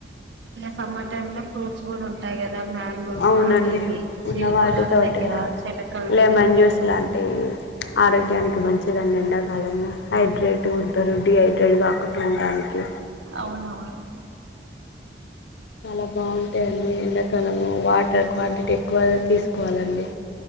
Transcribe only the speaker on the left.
అవునండి
ఉన్న వాటితోటి
లెమన్
జ్యూస్ లాంటివి ఆరోగ్యానికి మంచిదండి ఎండాకాలమున హైడ్రేట్ గ ఉంటరు డీహైడ్రేట్ గా పటి ఉండానికి
చాలా బాగుంటయండీ ఎండా కాలము వాటర్ క్వాంటిటీ ఎక్కువ తీసుకోవాలండి